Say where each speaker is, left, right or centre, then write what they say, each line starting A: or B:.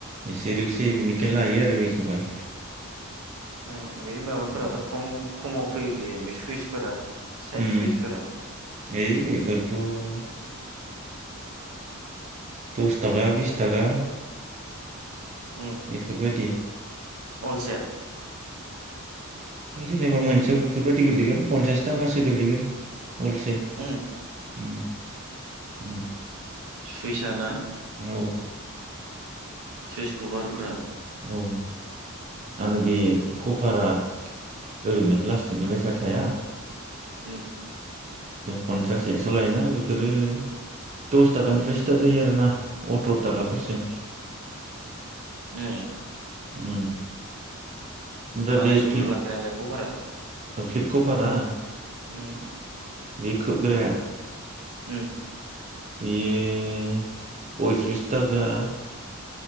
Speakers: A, on the right (about 35°); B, on the right (about 85°).
A: एसे रिक्स बेनिखायनो लायो आरो बेखौबा।
B: उ बै माबाफोराथ'
A: उम
B: खम खमाव फैयो बियो। बे सुइसफोरा। साइद
A: उम
B: सुइसफोरा
A: है बेफोर। थ'। दस थाखा बिस थाखा।
B: उम
A: बेफोरबायदि
B: अलसेद।
A: जेनेबा मोनसेयाव बेफोर बायदि गोलैगोन पनसास थाखासो गोलैगोन। अलसेथ
B: उम
A: उम उम।
B: सुइसाना।
A: औ
B: सुइस खबार। फुरा।
A: औ आरो बे कभारा ओरैनो प्लास्टिकनि बायसा थाया।
B: उम।
A: पन्सास एक्स' लायोना बेफोरो दस थाखानिफ्राय स्टार्ट जायो आरोना अथ्र' थाखाफोरसिम।
B: ए।
A: उम। ओमफ्राय
B: आरायस'फोर
A: बे फ्लिप-
B: लाग्रायालाय कभारा
A: फ्लिपकपारा
B: उम
A: बे खोबग्राया।
B: ओ।
A: बियो पयथ्रिस थाखा।